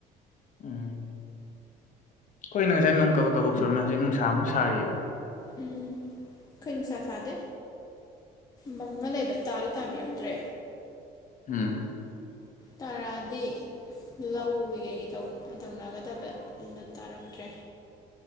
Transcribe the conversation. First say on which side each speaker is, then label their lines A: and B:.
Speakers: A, on the left (about 50°); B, on the left (about 20°).
A: ꯎꯝ ꯑꯈꯣꯢꯒꯤꯅ ꯉꯁꯥꯢ ꯅꯣꯡ ꯀꯕꯛ ꯀꯕꯛ ꯁꯨꯔꯝꯃꯦ ꯍꯧꯖꯤꯛ ꯅꯨꯡꯁꯥꯃꯨꯛ ꯁꯥꯔꯤꯕ
B: ꯎꯝ ꯀꯣꯏ ꯅꯨꯡꯁꯥ ꯁꯥꯗꯦ ꯃꯪꯒ ꯂꯩꯕ ꯇꯥꯗꯤ ꯇꯥꯕꯤꯔꯛꯇ꯭ꯔꯦ
A: ꯎꯝ
B: ꯇꯥꯔꯛꯑꯗꯤ ꯂꯧ ꯀꯩ ꯀꯩ ꯇꯧꯅꯒꯗꯕ ꯑꯗꯣ ꯇꯥꯔꯛꯇ꯭ꯔꯦ